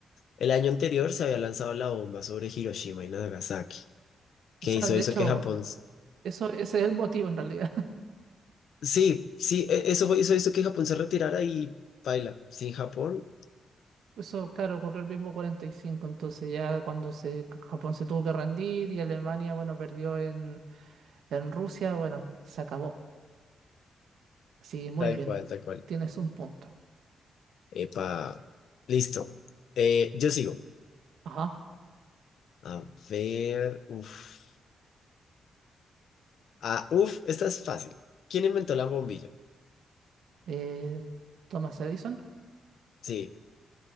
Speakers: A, on the left; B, on the right.
A: el año anterior se había lanzado la bomba sobre Hiroshima y Nagasaki, que
B: O sea,
A: hizo,
B: de
A: hizo
B: hecho,
A: que Japón... s-
B: eso, ese es el motivo en realidad. <laughs>
A: Sí, sí, e- eso fue- hizo, hizo que Japón se retirara y baila. Sin Japón,
B: Eso, claro, ocurrió el mismo 45 entonces ya cuando se, Japón se tuvo que rendir y Alemania, bueno, perdió en, en Rusia, bueno, se acabó. Así, muy
A: tal
B: bien,
A: cual, tal cual.
B: tienes un punto.
A: Epa, listo. Eh, yo sigo.
B: Ajá.
A: A ver, uff. Ah, uf, esta es fácil. ¿Quién inventó la bombilla?
B: Eh, Thomas Edison.
A: Sí,